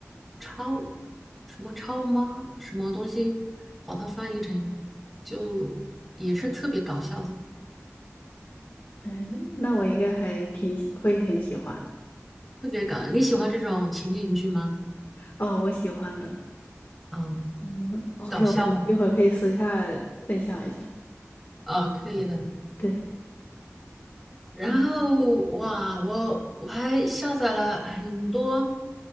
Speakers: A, in the centre; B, on the left.
A: 超什么超妈什么东西，把它翻译成就也是特别搞笑的，
B: 嗯，那我应该还挺喜会很喜欢。
A: 特别搞。你喜欢这种情景剧吗？
B: 哦，我喜欢的。
A: 嗯，
B: 嗯，OK，
A: 搞笑吗？
B: 我们一会儿可以私下分享一下。
A: 啊，可以的。
B: 对，
A: 然后哇，
B: 嗯，
A: 我我还下载了很多，